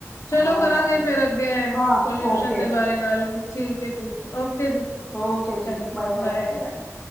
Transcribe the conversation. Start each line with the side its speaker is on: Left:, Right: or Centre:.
Left: ਚਲੋ
Centre: ਹਾਂ
Left: ਕਰਾਂਗੇ ਫੇਰ ਅੱਗੇ,
Centre: ਹਾਂ
Left: ਪਲਊਸ਼ਨ
Centre: ਓਕੇ
Left: ਦੇ ਬਾਰੇ ਗੱਲ, ਠੀਕ ਏ ਠੀਕ ਓਕੇ ਜੀ।
Centre: ਓਕੇ
Left: ਚੰਗਾ
Centre: ਜੀ ਬਾਏ
Left: ਬਾਏ।